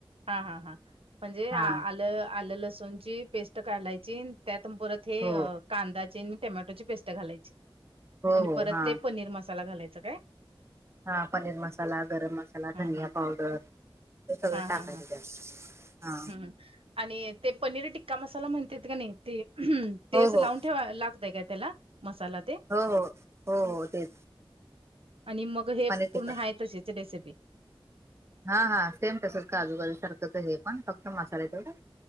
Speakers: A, on the right; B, on the right.
A: हा हा हा म्हणजे
B: हा
A: आ आलं आलं लसूणची. पेस्ट काालायची त्यात परत हे
B: हो
A: कांदाची आणि टमॅटोची पेस्ट घालायची.
B: हो
A: आणि
B: हो
A: परत
B: हा
A: ते पनीर मसाला घालायचं काय.
B: हा पनीर मसाला गरम मसाला
A: हा
B: धनिया
A: हा
B: पावडर. ते सगळं
A: हा हा
B: टाकायचं
A: हा
B: त्यात हा.
A: हम्म आणि ते पनीर टिक्का मसाला म्हणतात का नाही ते
B: हो
A: ते अस लावून.
B: हो
A: ठेवा लागत काय त्याला मसाला ते.
B: हो हो, हो हो तेच.
A: आणि मग हे
B: पनीर टिक्का
A: पूर्ण हा तशीची रेसिपी.
B: हा हा सेम तसंच काजूबाजू सारखंच हे पण फक्त मसाले तेथवडा,